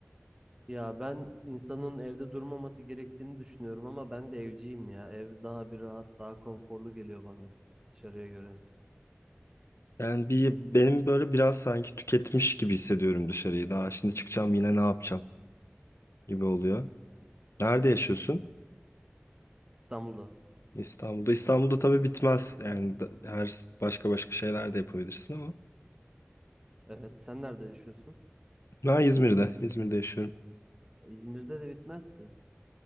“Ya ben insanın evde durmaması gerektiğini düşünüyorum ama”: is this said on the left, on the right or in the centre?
Right